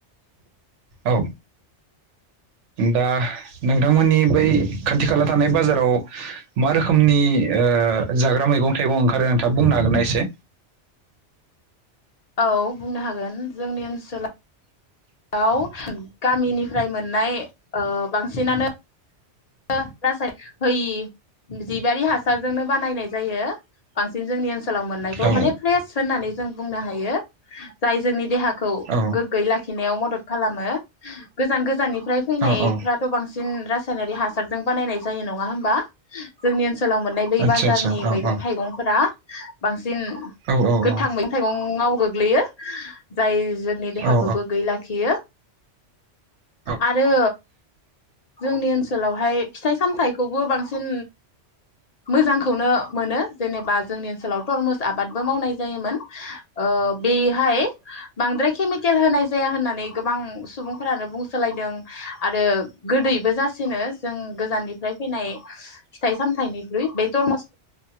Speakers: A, on the right (about 80°); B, on the left (about 45°).
A: औ दा नोंथांमोननि बै खाथि खाला थानाय बाजाराव मा रोखोमनि ओ जाग्रा मैगं थाइगं ओंखारो नोंथाङा बुंनो हागोन ना एसे।
B: औ। बुंनो हागोन जोंनि ओनसोलाव। बाव गामिनिफ्राय मोननाय। ओ बांसिनानो। ओ रासाय होयि जिबारि हा साजोंनो बानायनाय जायो। बांसिन जोंनि ओन सोलाव मोननायखौ
A: औ
B: माने फ्रेस होननानै। जों बुंनो हायो जाय जोंनि देहा। खौ
A: औ
B: गोग्गोयै लाखिनायाव मदद। खालामो गोजान गोजाननि। ओमफ्राय फैनाय
A: औ औ
B: फ्राथ' बांसिन रा सायनारि हा रजों बानायनाय जायो नंआ होनबा? सोलाव मोननाय बै
A: आदसा
B: बाजारनि
A: आदसा
B: मैगं थाइगंफोरा बांसि सिन
A: औ औ
B: गोथां
A: औ
B: मैगं थाइगंआव गोग्लैयो जाय जोंनि देहाखौ
A: औ
B: गोग्गोयै लाखियो।
A: औ
B: आरो जोंनि ओनसोल बोय फिथाइ सामथाइखौबो बांसिन मोजांखौनो मोनो जेनेबा जोंनि ओनसोलाव टर्मुस आबादबो मावनाय जायोमोन बेहाय बांद्राय केमिकेल होनाय जाया होननानै गोबां सुबुंफोरानो बुंसोलायदों आरो गोदैबो जायो सिनो जों गोजाननिफ्राय फैनाय फिथाइ सामथाइनिख्रुइ बे टरमुस